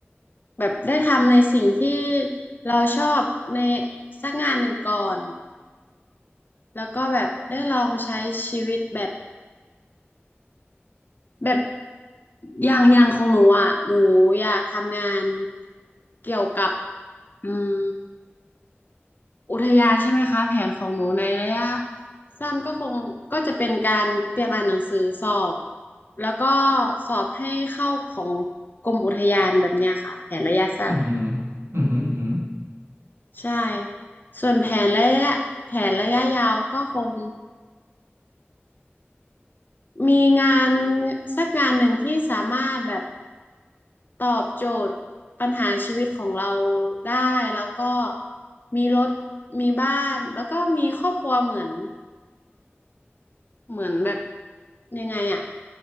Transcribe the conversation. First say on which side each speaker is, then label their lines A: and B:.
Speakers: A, on the left (about 50°); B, on the right (about 80°).
A: แบบได้ทำในสิ่งที่เราชอบในสักงานหนึ่งก่อนแล้วก็แบบได้ลองใช้ชีวิตแบบแบบอย่างอย่างของหนูอ่ะหนูอยากทำงานเกี่ยวกับอืมอุทยานใช่ไหมคะแผนของหนูในระยะสั้นก็คงก็จะเป็นการเตรียมอ่านหนังสือสอบแล้วก็สอบให้เข้าของกรมอุทยานแบบเนี้ยค่ะแผนระยะสั้น
B: อือหืออือหืออือหือ
A: ใช่ส่วนแผนระยะแผนระยะยาวก็คงมีงานสักงานหนึ่งที่สามารถแบบตอบโจทย์ปัญหาชีวิตของเราได้แล้วก็มีรถมีบ้านแล้วก็มีครอบครัวเหมือนเหมือนแบบยังไงอะ